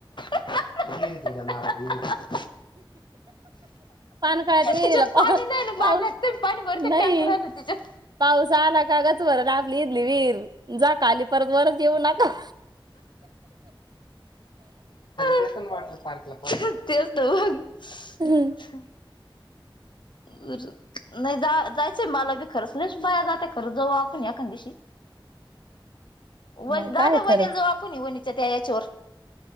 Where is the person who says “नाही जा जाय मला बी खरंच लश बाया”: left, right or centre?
Left